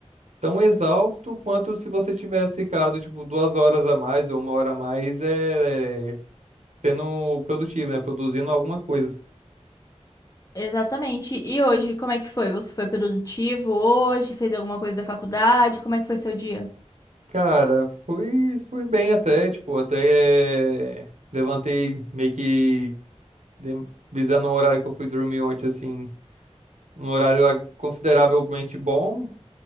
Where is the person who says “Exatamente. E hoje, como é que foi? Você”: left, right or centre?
Left